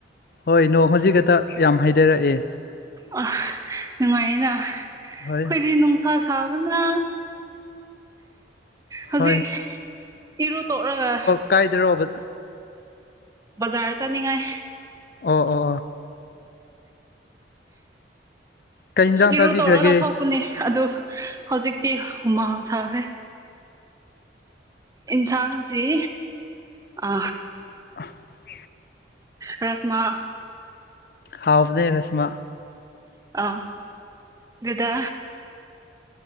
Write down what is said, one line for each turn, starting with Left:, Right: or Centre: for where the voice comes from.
Left: ꯍꯣꯏ ꯅꯣꯡ ꯍꯧꯖꯤꯛꯀꯛꯇ ꯌꯥꯝ ꯍꯥꯏꯊꯔꯛꯑꯦ
Right: ꯑ ꯅꯨꯡꯉꯥꯏꯌꯦꯅ ꯑꯩꯈꯣꯏꯗꯤ
Left: ꯍꯣꯏ
Right: ꯅꯨꯡꯁꯥ ꯁꯥꯕꯅ ꯍꯧꯖꯤꯛ
Left: ꯍꯣꯏ
Right: ꯏꯔꯨ ꯇꯣꯛꯔꯒ
Left: ꯀꯥꯏꯗꯔꯣꯕ
Right: ꯕꯖꯥꯔ ꯆꯅꯤꯡꯉꯥꯏ
Left: ꯑꯣ ꯑꯣ ꯀꯩ ꯌꯦꯟꯖꯥꯡ
Right: ꯏꯔꯨ
Left: ꯆꯥꯕꯤꯈ꯭ꯔꯒꯦ
Right: ꯇꯧꯔꯒ ꯊꯣꯛ ꯑꯗꯨ ꯍꯧꯖꯤꯛꯇꯤ ꯍꯨꯃꯥꯡ ꯁꯥꯈ꯭ꯔꯦ ꯏꯟꯁꯥꯡꯁꯤ ꯑ
Left: ꯑ <unintelligible>
Right: ꯔꯥꯁꯃꯥ
Left: ꯍꯥꯎꯕꯅꯦ ꯔꯁꯃꯥ
Right: ꯑ ꯑꯗꯨꯗꯥ